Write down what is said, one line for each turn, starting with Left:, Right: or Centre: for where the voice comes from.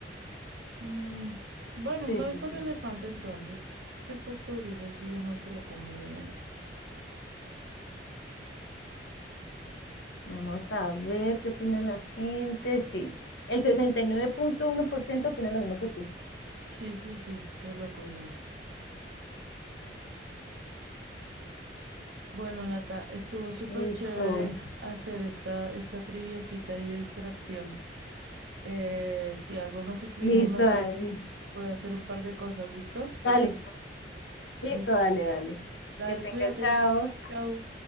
Right: Mm, Bueno,
Left: Sí,
Right: me
Left: sí,
Right: voy con
Left: sí.
Right: el elefante entonces. Es que el cocodrilo sí uno se lo come de una.
Left: Vamos a ver qué opina la gente. Sí. El sesenta y nueve punto uno por ciento opina lo mismo que tú.
Right: Sí, sí, sí, qué loco igual. Bueno, Nata, estuvo súper
Left: Listo.
Right: chévere hacer esta, esta triviecita ahí de distracción. Eh, si algo nos escribimos
Left: Listo,
Right: más
Left: Dani.
Right: tarde, voy a hacer un par de cosas, ¿listo?
Left: Dale. Listo,
Right: Listo.
Left: dale, dale.
Right: Dale,
Left: Que tengas,
Right: cuídate.
Left: chao.
Right: Chao.